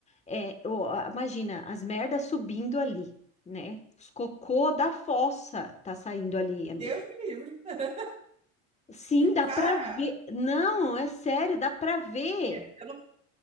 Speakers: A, on the left; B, on the right.
A: é, o- a- imagina as merdas subindo ali, né? Os cocô da fossa tá saindo ali, amigo.
B: Deus me livre. <laughs>
A: Sim, dá
B: Cara,
A: pra ver. Não, é sério, dá pra ver.
B: eu eu não.